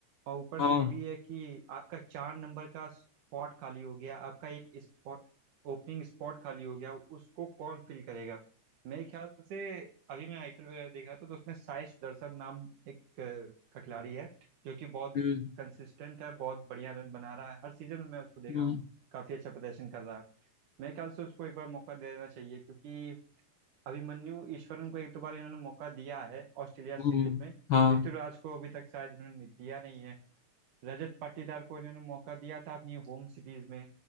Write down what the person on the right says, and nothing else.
और ऊपर
से ये भी है कि आपका चार नंबर का स्पॉट खाली हो गया आपका एक स्पॉट ओपनिंग स्पॉट खाली हो गया उसको कौन फिल करेगा मेरे ख्याल से अभी मैं आईपीएल वगैरह देख रहा था तो उसमें साई सुदर्शन नाम एक अ, का खिलाड़ी है जो कि बहुत
कंसिस्टेंट है बहुत बढ़िया रन बना रहा है हर सीजन में मैं उसको देख
रहा हूँ काफी अच्छा प्रदर्शन कर रहा है मेरे ख्याल से उसको एक बार मौका देना चाहिए क्योंकि अभिमन्यु ईश्वरन को एक दो बार इन्होंने मौका दिया है ऑस्ट्रेलिया सीरीज
में
ऋतुराज को अभी तक शायद इन्होंने दिया नहीं है रजत पाटीदार को इन्होंने मौका दिया था अपनी होम सीरीज में